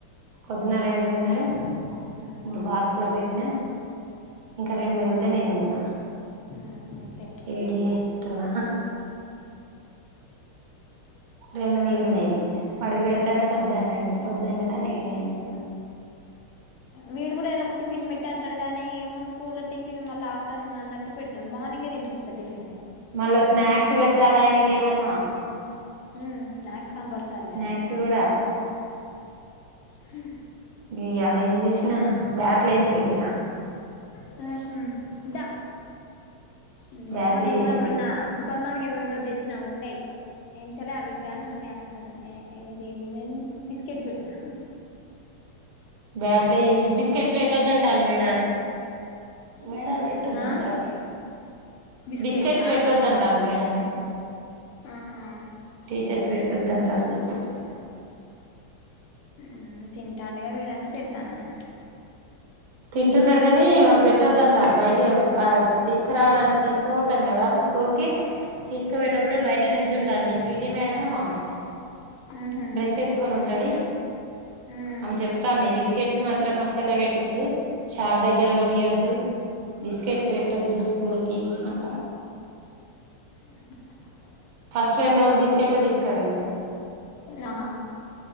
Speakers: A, on the right; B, on the left.
A: పొద్దున్న ఓరెండు తిన్నాడు
B: ఉమ్
A: మూడు బాక్సులో పెట్టినా ఇంకా రెండు మిగిలితే నేన్ తిన్న
B: ఉమ్ గంతే
A: ఏడు చేసినటున్న రెండు మిగిలినయి వాడికి పెడతంటే
B: ఉమ్
A: వద్దు అన్నాడు వద్దు అన్నాడనీ నేన్ తిన్న
B: వీడు కూడా ఏదో ఒక టిఫిన్ పెట్టు అంటాడు కానీ ఏమో స్కూల్ టిఫిన్ మళ్ళ ఆఫ్టర్నూన్ అన్నట్ టు పెట్టం మార్నింగే తిపిస్తా టిఫన్
A: మళ్ళా స్నాక్స్ పెట్టాలి ఆయనకేమన
B: ఉమ్ స్నాక్స్ కంపల్సరిలయి
A: స్నాక్స్ కూడా
B: హ్మ్
A: ఈయల ఏం చేసినా బాట్లెంచేతుల
B: ఉహ్మ్ ద్దా ఇంగ
A: బ్యాట్లు
B: నేను
A: చేసి
B: కూడా
A: పెట్టి
B: మొన్న సూపర్ మార్కెట్ వెలో తెచ్చినా ఉన్నాయి ఏంచేయాలా అవి ఉన్నాయి అట్లనే ఈ రోజు ఏం పెట్టినవు బిస్కెట్స్ పెట్టినా
A: బ్యాట్లు వేసి బిస్కెట్స్ పెట్టొద్దంటాల మేడారు మేడలు పెట్టొద్దంటారు
B: ఆ బిస్కెట్సా
A: బిస్కెట్స్ పెట్టొద్దంటారు మేడలు
B: ఆహా
A: టీచర్స్ పెట్టద్దంటాల బిస్కెట్స్
B: ఉమ్ తింటాండుగా వీడని పెడతాను నేను
A: తింటున్నాడు కాని వాళ్ళు పెట్టొద్దంటారు బయట ఆ తీసుకురావడానికి తీసుకుపోతాం కదా స్కూల్ కి తీసుకుపోయేప్పుడు బయట నిల్చుంటుంది పిటి మేడమ్ ఆమే
B: ఉహు
A: డ్రెస్ వేసుకొని ఉంటది
B: ఉహు
A: ఆమె చెప్తంది బిస్ కెట్స్ మాత్రం అసలు పెట్టద్దు షాప్ దగ్గర కొనియొద్దు బిస్కెట్స్ పెట్టొద్దు స్కూల్ కి అని
B: ఆహా
A: ఫస్ట్ రెండు రోజులు బిస్కెట్లే తీసుకుపోయిండు
B: ఆహా